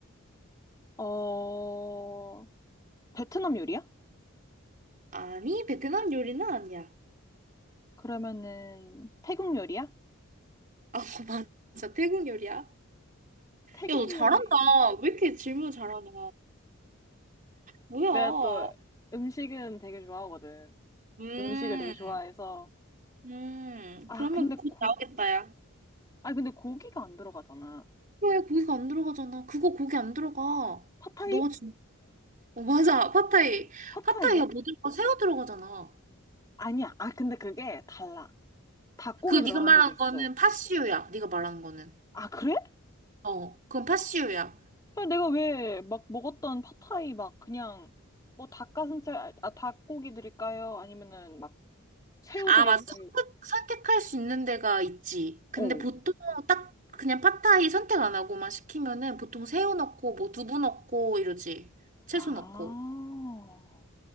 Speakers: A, on the left (about 15°); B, on the right (about 40°).
A: 어, 베트남 요리야?
B: 아니, 베트남 요리는 아니야.
A: 그러면은 태국 요리야?
B: 아, <laughs> 맞아. 태국 요리야.
A: 태국
B: 야, 너 잘한다.
A: 요리.
B: 왜 이렇게 질문 잘하냐. 뭐야.
A: 내가 또 음식은 되게 좋아하거든.
B: 음.
A: 음식을 되게 좋아해서.
B: 음,
A: 아,
B: 그러면
A: 근데
B: 고기
A: 고,
B: 나오겠다, 야.
A: 아, 근데 고기가 안 들어가잖아.
B: 왜 고기가 안 들어가잖아. 그거 고기 안 들어가.
A: 팟타이?
B: 너 지금 어, 맞아. 팟타이.
A: 팟타이야?
B: 팟타이야 뭐 들어가? 새우 들어가잖아.
A: 아니야. 아, 근데 그게 달라. 닭고기
B: 그거
A: 들어가는
B: 네가 말하는
A: 데도 있어.
B: 거는 팥시유야. 네가 말하는 거는.
A: 아, 그래?
B: 어, 그건 팥시유야.
A: 야, 내가 왜 막 먹었던 팟타이 막 그냥 뭐 닭가슴살, 아, 아, 닭고기 드릴까요? 아니면은 막 새우
B: 아,
A: 드릴까요?
B: 맞아. 선택 선택할 수 있는 데가 있지. 근데
A: 어.
B: 보통 딱 그냥 팟타이 선택 안 하고만 시키면은 보통 새우 넣고 뭐 두부 넣고 이러지. 채소
A: 아.
B: 넣고.